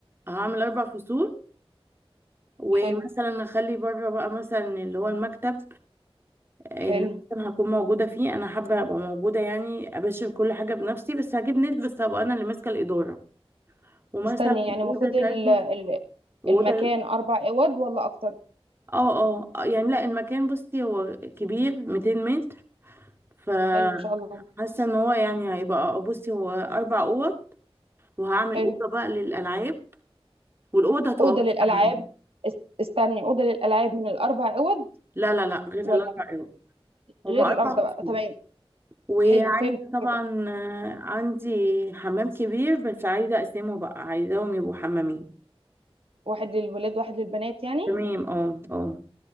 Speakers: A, on the right; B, on the right.
A: هعمل اربع فصول ومثلا
B: حلو
A: اخلي بره بقى مثلا اللي هو المكتب اللي
B: حلو
A: مثلا هكون موجوده فيه انا حابه ابقى موجوده يعني ابشر كل حاجه بنفسي بس هجيب ناس بس هبقى انا اللي ماسكه الاداره ومثلا
B: استني يعني المفروض
A: اوضه
B: ال-
A: تانية
B: ال-
A: واوضه
B: المكان اربع اوض ولا اكتر
A: اه اه يعني لا المكان بصي هو كبير 200 متر فحاسه
B: حلو ما شاء الله
A: ان هو يعني هيبقى بصي هو اربع اوض وهعمل
B: حلو
A: اوضه بقى للالعاب والاوضه هتبقى
B: اوضه
A: واسعه
B: للالعاب
A: يعني
B: است- استني اوضه للالعاب من الاربع اوض
A: لا لا لا غير
B: ولا
A: الاربع اوض هما
B: غير الارض
A: اربع
B: بقى
A: فصول
B: تمام
A: وعايزه
B: حلو فهمت
A: طبعا
B: كده
A: آه، عندي حمام كبير بس عايزه اقسمه بقى عايزاهم يبقوا حمامين
B: واحد للولاد واحد للبنات يعني
A: تمام اه اه